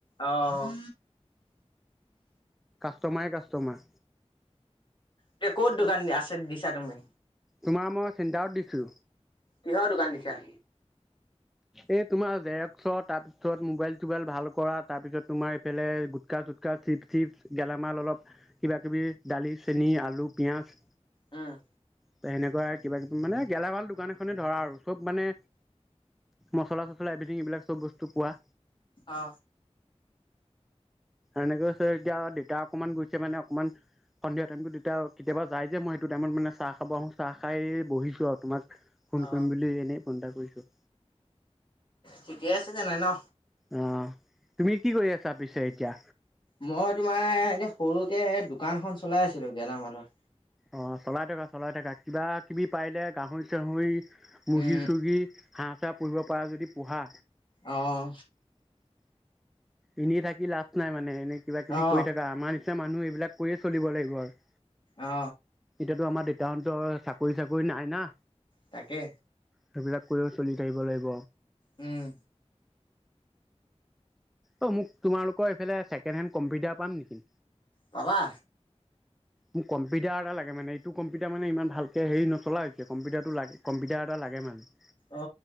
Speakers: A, on the left (about 45°); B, in the centre.
A: অহ।
B: কাষ্টমাৰে কাষ্টমাৰ।
A: এতিয়া ক'ত দোকান দিয়া আছে, দিছা তুমি?
B: তোমাৰ মই চেণ্টাৰত দিছো।
A: কিহৰ দোকান দিছা?
B: এই তোমাৰ জেৰেক্সৰ তাৰপিছত মোবাইল, চোবাইল, ভাল কৰা তাৰপিছত তোমাৰ এইফালে গুটকা, চুটকা, চিপ, চিপছ গেলামাল অলপ কিবা কিবি দালি, চেনি, আলু, পিয়াজ।
A: উম।
B: তেনেকুৱা কিবা কিবি মানে গেলা মাল দোকান এখনে ধৰা আৰু চব মানে। মচলা চছলা এভৰীথিং এইবিলাক চব বস্তু। কোৱা।
A: অ
B: এতিয়া দেউতা অকনমান গৈছে মানে অকনমান সন্ধিয়া টাইমত কেতিয়াবা যাই যে, মই সেইটো টাইমত মানে চাহ খাব আহো চাহ খাই বহিছো আৰু তোমাৰ। ফোন
A: অ
B: কৰিম বুলি এনে। ফোন এটা কৰিছোঁ।
A: ঠিকে আছে তেনে ন।
B: অ তুমি কি কৰি আছা পিছে এতিয়া
A: মই তোমাৰ এতিয়া সৰু। এতিয়া দোকানখন চলাই আছিলো গেলামালৰ।
B: অঁ', চলাই থকা, চলাই থকা, কিবা কিবি পাৰিলে গাহৰি চাহৰি মূৰ্গী-চূগী
A: উম
B: হাঁহ পুহিব পাৰা যদি পোহা।
A: আহ।
B: এনেই থাকি লাভ নাই মানে। কিবা কিবি
A: অ
B: কৰি থাকা আমাৰ। <unintelligible> মানুহ এইবিলাক কৰিয়ে চলিব লাগিব আৰু।
A: অ।
B: এতিয়াতো আমাৰ দেউতাহঁতৰ চাকৰি তাকৰি নাই না।
A: তাকে।
B: সেইবিলাক কৰিও চলি থাকিব লাগিব।
A: উম।
B: অ মোক তোমালোকৰ এইফালে ছেকেণ্ড হেণ্ড কম্পিউটাৰ পাম নেকি।
A: পাবা।
B: মোক কম্পিউটাৰ এটা লাগে মানে, এইটো কম্পিউটাৰ মানে ইমান ভালকে হেৰি নচলা হৈছে কম্পিউটাৰটো লাগে কম্পিউটাৰ এটা লাগে মানে।
A: অ